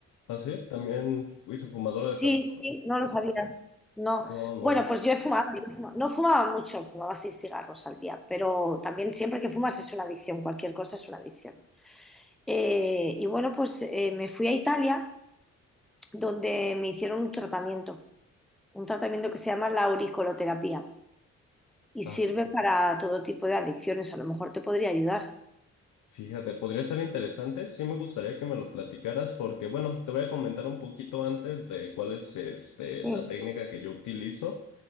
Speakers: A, on the left (about 80°); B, in the centre.
A: ¿Ah, sí? ¿También fuiste fumadora de
B: Sí,
A: tabaco?
B: sí, no lo sabías. No.
A: No, no.
B: Bueno, pues yo he fumado, yo he fumado. No fumaba mucho, fumaba seis cigarros al día, pero también siempre que fumas es una adicción, cualquier cosa es una adicción. Eh, y bueno, pues eh, me fui a Italia donde me hicieron un tratamiento, un tratamiento que se llama la auricoloterapia y
A: Ah,
B: sirve para todo tipo de adicciones. A lo mejor te podría ayudar.
A: Fíjate, podría ser interesante. Sí me gustaría que me lo platicaras porque, bueno, te voy a comentar un poquito antes de cuál es este, la
B: Sí,
A: técnica que yo utilizo.